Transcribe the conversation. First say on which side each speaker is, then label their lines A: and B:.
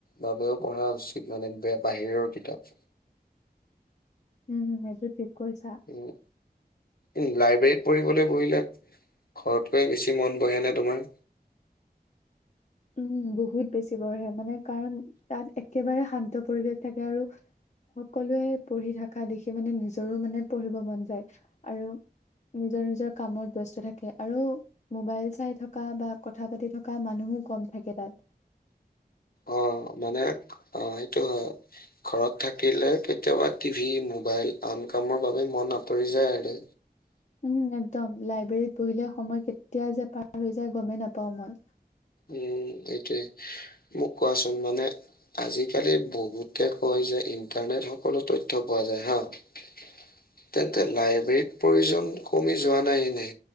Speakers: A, on the left; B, on the left.
A: বাবেও পঢ়া উচিত মানে বে বাহিৰৰ কিতাপ।
B: উম, সেইটো ঠিক কৈছা।
A: উম, এই লাইব্ৰেৰীত পঢ়িবলৈ বহিলে ঘৰতকৈ বেছি মন বহে নে তোমাৰ?
B: উম, বহুত বেছি বহে। মানে কাৰণ তাত একেবাৰে শান্ত পৰিৱেশ থাকে আৰু সকলোৱে পঢ়ি থাকা দেখি মানে নিজৰো মানে পঢ়িব মন যায় আৰু নিজৰ নিজৰ কামত ব্যস্ত থাকে আৰু মোবাইল চাই থকা বা কথা পাতি থকা মানুহো কম থাকে তাত।
A: অ, মানে অ সেইটো হয়। ঘৰত থাকিলে কেতিয়াবা টিভি, মোবাইল আন কামৰ বাবে মন আঁতৰি যায় আৰু।
B: উম, একদম। লাইব্ৰেৰীত বহিলে সময় কেতিয়া যে পাৰ হৈ যায় গমে নাপাও মই।
A: উম, এইটোৱে। মোক কোৱাচোন মানে আজি-কালি বহুতে কয় যে ইন্টাৰনেট সকলো তথ্য পোৱা যায় হা। <inaudible> তেন্তে লাইব্ৰেৰীত প্ৰয়োজন কমি যোৱা নাই নে